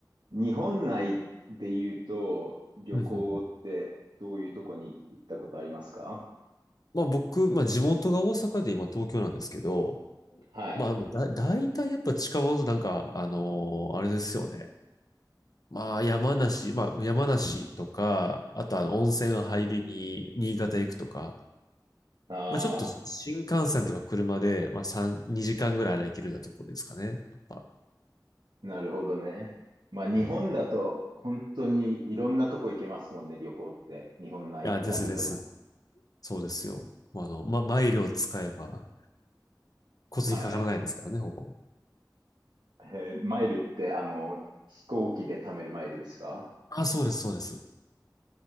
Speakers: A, on the right; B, on the left.
A: 日本内で言うと、旅行ってどういうとこに行ったことありますか
B: <laughs> まあ僕、まあ地元が大阪で今東京なんですけど、
A: はい。
B: まあだ、大体やっぱ近場のなんか、あのーあれですよね。まあ、山梨、まあ、山梨とか、あとあの、温泉入りに、新潟行くとか、
A: あ
B: まあ、ちょっと新幹線とか車で、
A: あ。
B: まあ、3、2時間ぐらいあれば行けるようなところですかね。やっぱ。
A: なるほどね。まあ日本だと本当にいろんなとこ行けますもんね、
B: うん。い
A: 旅行って。日本内だけでも。
B: や、ですです。そうですよ。まあ、あの、ま、マイルを使えば、交通費かからないですからね、
A: はい。
B: ほぼ。
A: えーマイルってあの、飛行機で貯めるマイルですか
B: あ、そうです、そうです。